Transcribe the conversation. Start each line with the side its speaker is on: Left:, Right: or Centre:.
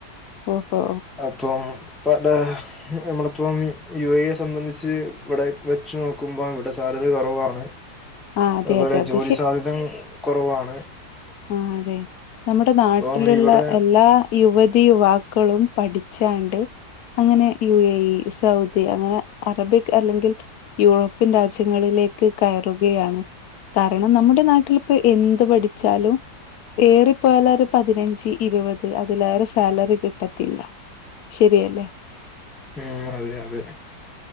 Left: ഓഹോ.
Centre: അപ്പം. <unintelligible> നമ്മളപ്പം യു എ ഇ യെ സംബന്ധിച്ച് ഇവടെ വെച്ച് നോക്കുമ്പം ഇവടെ സ് സാലറി കൊറവാണ്.
Left: ആ അതെ,
Centre: അത്പോലെ
Left: അതെ. അത്
Centre: ജോലി സാധ്യത കൊറവാണ്.
Left: ആഹ് അതെ നമ്മടെ നാട്ടില്ള്ള
Centre: അപ്പൊ ഇവിടെ
Left: എല്ലാ യുവ തി യുവാക്കളും പഠിച്ചാണ്ട്. അങ്ങനെ യു എ ഇ, സൗദി അങ്ങനെ അറബിക് അല്ലെങ്കിൽ യൂറോപ്യൻ രാജ്യങ്ങളിലേക്ക് കയറുകയാണ്. കാരണം നമ്മടെ നാട്ടിലിപ്പൊ എന്ത് പഠിച്ചാലും ഏറിപ്പോയാലൊര് പതിനഞ്ച് ഇരുപത് അതിലേറെ സാലറി കിട്ടത്തില്ല. ശരിയല്ലേ
Centre: ഉം അതെ യതെ